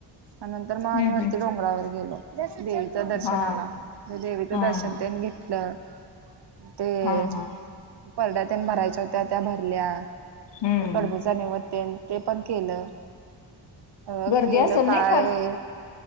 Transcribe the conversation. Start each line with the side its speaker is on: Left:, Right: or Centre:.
Right: नंतर मग आणिवती
Left: हम्म हम्म
Right: डोंगरावर गेलो. देवीच दर्शनाला
Left: हा
Right: म्हणे देवीचं
Left: हा
Right: दर्शन त्यांनी घेतलं, ते
Left: हा हा
Right: परड्यातीन भरायच्या होत्या त्या भरल्या.
Left: हम्म
Right: कडबुचे निवेद ते पण केलं. अ
Left: गर्दी
Right: केलं
Left: असेल
Right: काय?
Left: नाही फार